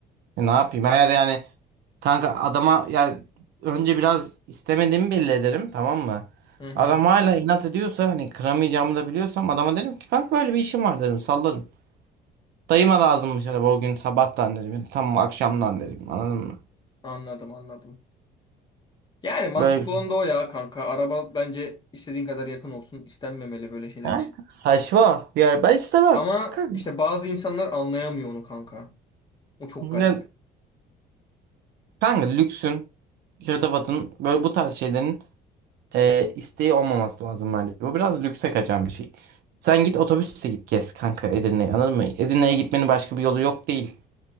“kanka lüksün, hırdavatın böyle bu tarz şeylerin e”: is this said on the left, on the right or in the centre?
Right